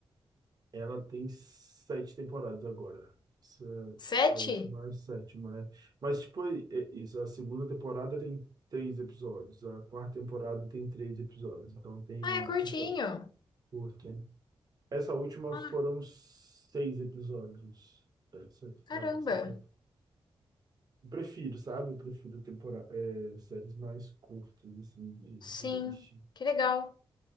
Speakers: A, on the right (about 40°); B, on the left (about 50°).
A: Ela tem sete temporadas agora. Essa, é
B: Sete?
A: a última é a sétima, né? Mas, tipo, é é isso. A segunda temporada tem três episódios. A quarta temporada tem três episódios. Então, tem
B: Ah, é curtinho.
A: temporada curta, né? Essa última
B: Ah,
A: foram seis episódios. Essa,
B: caramba.
A: a sétima. Eu Prefiro, sabe? Eu prefiro temporada, é, séries mais curtas, assim, de
B: Sim,
A: de assistir.
B: que legal.